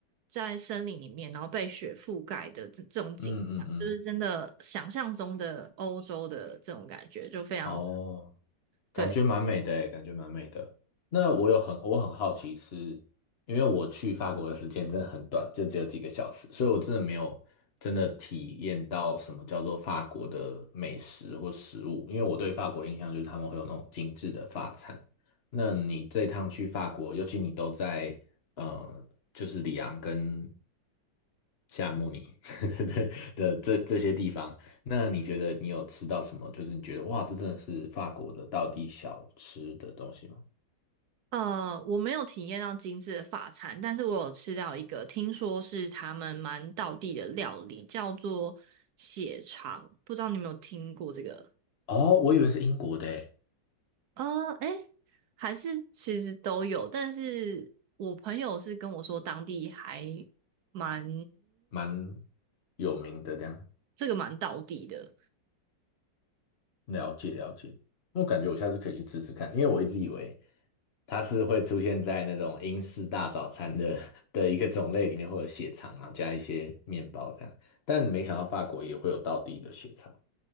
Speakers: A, on the right; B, on the left.
A: 在森林里面，然后被雪覆盖的这这种景象，
B: 嗯嗯嗯，
A: 就是真的想象中的欧洲的这种感觉，就非常
B: 哦，感觉蛮美的诶，
A: 对。
B: 感觉蛮美的。那我有很我很好奇是，因为我去法国的时间真的很短，就只有几个小时，所以我真的没有真的体验到什么叫做法国的美食或食物。因为我对法国印象就是他们会有那种精致的法餐。那你这趟去法国，尤其你都在呃，就是里昂跟夏慕尼 <laughs> 的这这些地方，那你觉得你有吃到什么？就是你觉得哇，这真的是法国的道地小吃的东西吗？
A: 呃，我没有体验到精致的法餐，但是我有吃到一个，听说是他们蛮道地的料理，叫做血肠，不知道你有没有听过这个？
B: 哦，我以为是英国的诶。
A: 呃，哎，还是其实都有，但是我朋友是跟我说当地还蛮
B: 蛮有名的，这样
A: 这个蛮道地的，
B: 了解了解。我感觉我下次可以去吃吃看，因为我一直以为它是会出现在那种英式大早餐的 <laughs> 的一个种类里面，会有血肠啊，加一些面包这样。但没想到法国也会有道地的血肠。